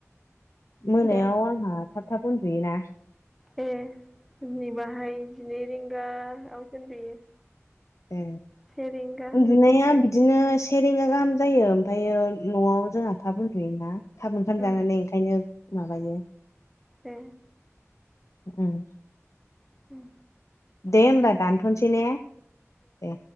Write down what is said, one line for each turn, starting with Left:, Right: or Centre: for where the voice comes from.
Left: मोनायाव
Centre: दे
Left: आंहा थाब, थाब उन्दुयो ना,
Centre: ए दिनै बाहाय जिनै रिं <unintelligible> आवसो उन्दुयो,
Left: ए
Centre: से रिंगा
Left: उन्दुनाया
Centre: बिदियावसो
Left: बिदिनो से रिंगा गाहाम जायो ओमफ्रायो न'आव जोंहा थाब उन्दुंयोना, थाब ओंखाम जानालाय
Centre: उम
Left: ओंखायनो माबायो,
Centre: ए
Left: उम
Centre: उम
Left: दे ओमबा दानथ'सै ने दे